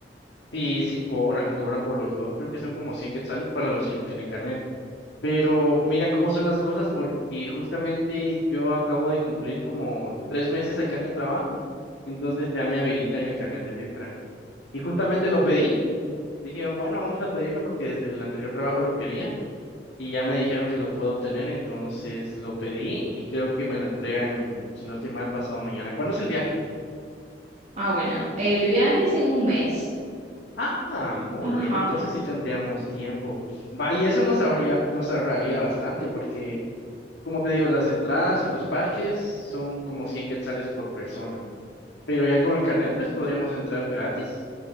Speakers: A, on the left; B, on the right.
A: sí, sí, cobran, cobran por los dos, creo que son como 100 quetzales para los que no tienen carnet. Pero mira cómo son las cosas, porque justamente yo acabo de cumplir como tres meses aquí a mi trabajo, entonces ya me habilitan el carnet de letra. Y justamente lo pedí, dije, bueno, vamos a pedirlo porque desde el anterior trabajo lo quería. y ya me dijeron que lo puedo obtener, entonces lo pedí y creo que me lo entregan, si no estoy mal, pasado mañana. ¿Cuándo es el viaje?
B: Ah, bueno, el viaje es en un mes.
A: Ah, muy
B: Ajá.
A: bien, entonces sí tendríamos tiempo. Va, y eso nos ahorraría, nos ahorraría bastante porque, como te digo, las entradas a los parques son como 100 quetzales por persona, pero ya con el Canet, pues podríamos entrar gratis.